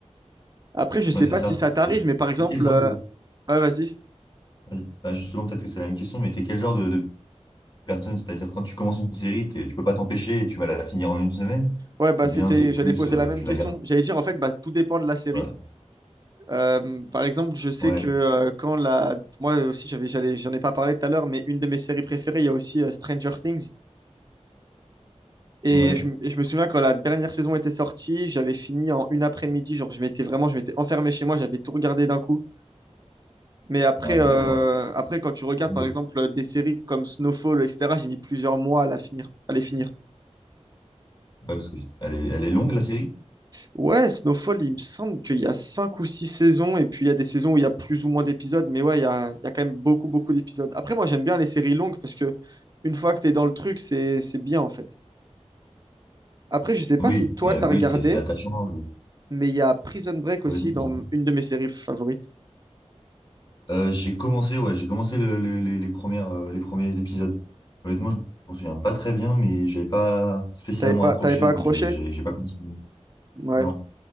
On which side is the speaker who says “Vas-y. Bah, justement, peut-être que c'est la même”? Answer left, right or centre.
Left